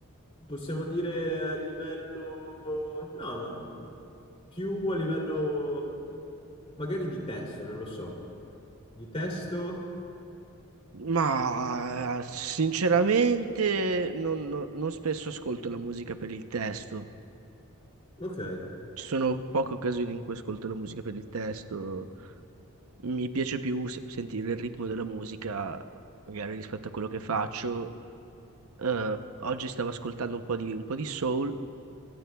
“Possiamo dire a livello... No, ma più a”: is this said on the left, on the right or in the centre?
Left